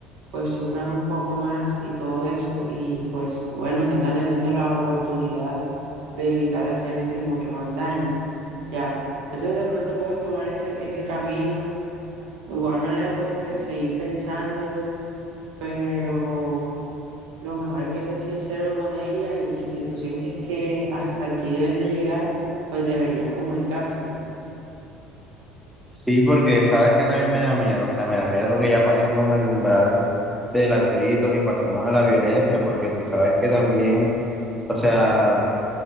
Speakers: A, on the right; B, in the centre.
A: pues sufran un poco más y todo eso, y pues bueno, tengan de pronto la oportunidad de evitar hacerse mucho más daño, ¿ya? Entonces de pronto puedes tomar ese, ese camino, o igual manera puedes pe- seguir pensándolo, pero lo mejor es que seas sincero con ella y, y si tú sientes que hasta aquí deben de llegar, pues deberías comunicárselo,
B: Sí, porque sabes que también me da miedo, o sea, me da miedo que ya pasemos el umbral de los gritos y pasemos a la violencia, porque tú sabes que también, o sea,